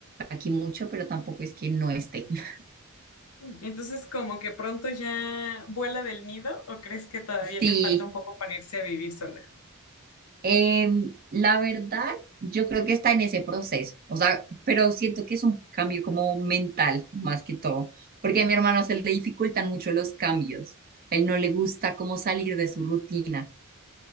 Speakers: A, on the right (about 40°); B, on the left (about 75°).
A: aquí mucho, pero tampoco es que no esté. <laughs>
B: Entonces, como que pronto ya vuela del nido, ¿o crees que todavía
A: Sí,
B: le falta un poco para irse a vivir sola?
A: Em, la verdad, yo creo que está en ese proceso, o sea, pero siento que es un cambio como mental más que todo, porque a mi hermano se le dificultan mucho los cambios, a él no le gusta como salir de su rutina,